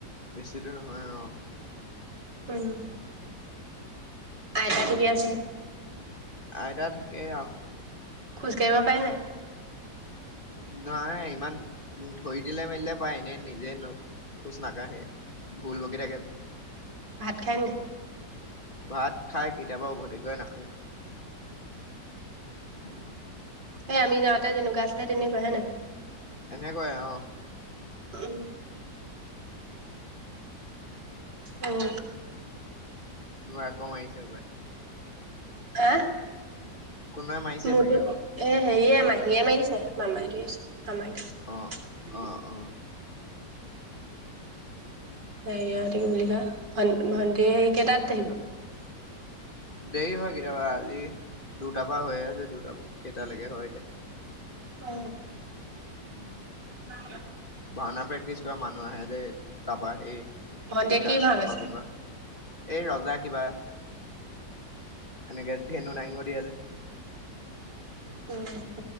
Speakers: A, on the left; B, on the right.
A: বেছি দূৰ নহয় অহ
B: উম, আইতা ঠিকে আছে?
A: আইতা ঠিকেই অহ
B: খোজ কাঢ়িব পাৰে নাই?
A: নাই ইমান, ধৰি দিলে মেলিলে পায় এনে নিজে ন খোজ নাকাঢ়ে ভুল বকি থাকে যে
B: ভাত খায়নে নাই?
A: ভাত খায় কেতিয়াবা উভতি গৈ নাখায়। উম
B: সে আমি যাওঁতে যেনেকুৱা আছিল তেনেকুৱাহে নে
A: এনেকুৱায় অহ
B: উম উম।
A: তোমাৰ আকৌ মাৰিছে হবপাই
B: এ?
A: কোনোবাই মাৰিছে
B: মোৰটোত
A: চাগে হপাই
B: এ হেৰীয়ে- মাহীয়ে মাৰিছে মামায় ধৰিছে। মামায় ধৰিছে
A: অ অ অ
B: হে ইহঁতে কি বুলি কয় ভন ভন্টিৰ ই কেইটাত আহিব?
A: দেৰি হয় কেতিয়াবা আজি দুটাৰ পৰা হৈয়ে আছে দুটাৰ পৰা কেইটালৈকে হয় এতিয়া
B: অ
A: উম
B: <unintelligible>
A: ভাওনা প্ৰেক্টিচ কৰা মানুহ আহে যে এই তাৰপৰা সেই।
B: ভন্টিয়ে
A: বিকাশ
B: কি ভাও
A: কোনোবা
B: লৈছে?
A: কোনোবা এই ৰজা কিবা এনেকে ধেনু নাই। সদিয়া যে।
B: <unintelligible>